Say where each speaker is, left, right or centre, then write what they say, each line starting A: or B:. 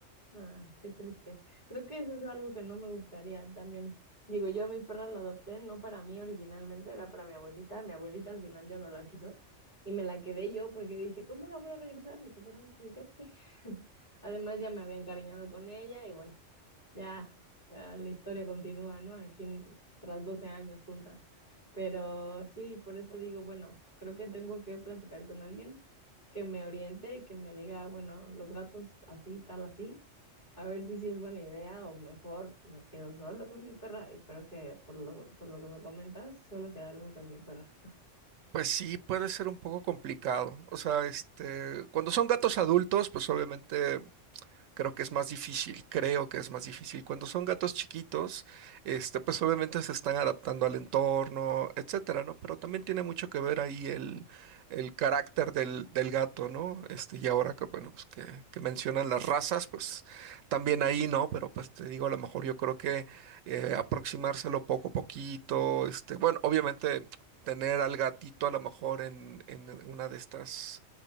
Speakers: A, on the left; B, on the right.
A: Ah, qué triste. Creo que eso es algo que no me gustaría también. Digo, yo a mi perra la adopté, no para mí originalmente, era para mi abuelita. Mi abuelita al final ya no la quiso y me la quedé yo porque dije, ¿cómo la voy a regresar? Ni que fuera un juguete. <laughs> Además, ya me había encariñado con ella y bueno, ya, ah, la historia continúa, ¿no? Aquí en- tras 12 años juntas. Pero sí, por eso digo, bueno, creo que tengo que platicar con alguien que me oriente y que me diga, bueno, los gatos así, tal, así a ver si sí es buena idea o mejor me quedo solo con mi perra y creo que por lo, por lo que me comentas, solo quedarme con mi perra.
B: Pues sí, puede ser un poco complicado. O sea, este, cuando son gatos adultos, pues obviamente Creo que es más difícil, creo que es más difícil. Cuando son gatos chiquitos, este, pues obviamente se están adaptando al entorno, etcétera, ¿no? Pero también tiene mucho que ver ahí el, el carácter del, del gato, ¿no? Este, y ahora que, bueno, pues que, que mencionan las razas, pues también ahí, ¿no? Pero pues te digo, a lo mejor yo creo que eh, aproximárselo poco a poquito, este, bueno, obviamente tener al gatito a lo mejor en, en una de estas